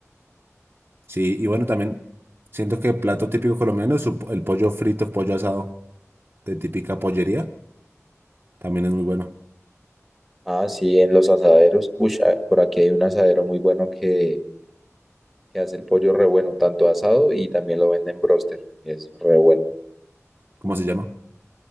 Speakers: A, on the right; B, in the centre.
A: Sí, y bueno, también siento que el plato típico colombiano es su- el pollo frito, pollo asado de típica pollería. También es muy bueno.
B: Ah, sí, en los asaderos. Uy, por aquí hay un asadero muy bueno que que hace el pollo re bueno, tanto asado y también lo venden en broster. y Es re bueno.
A: ¿Cómo se llama?